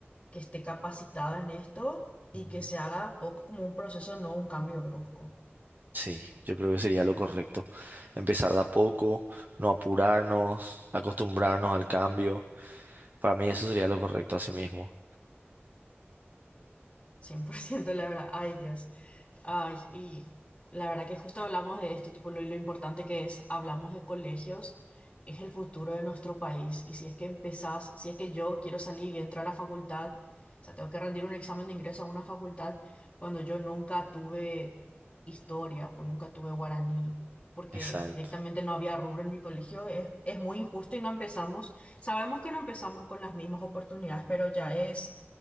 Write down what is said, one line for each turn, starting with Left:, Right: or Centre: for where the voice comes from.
Left: que esté capacitada en esto y
Right: Ujú.
Left: que se haga poco como un proceso, no un cambio brusco.
Right: Sí, yo creo que sería lo correcto. Empezar de a poco, no apurarnos, acostumbrarnos al cambio. Para mí eso sería lo correcto así mismo.
Left: 100%, la verdad. Ay, Dios. Ay, y la verdad que justo hablamos de esto, tipo lo, lo importante que es, hablamos de colegios, es el futuro de nuestro país. Y si es que empezás, si es que yo quiero salir y entro a la facultad, o sea, tengo que rendir un examen de ingreso a una facultad cuando yo nunca tuve historia o nunca tuve guaraní, porque
Right: Exacto.
Left: directamente no había rubro en mi colegio, es, es muy injusto y no empezamos, sabemos que no empezamos con las mismas oportunidades, pero ya es,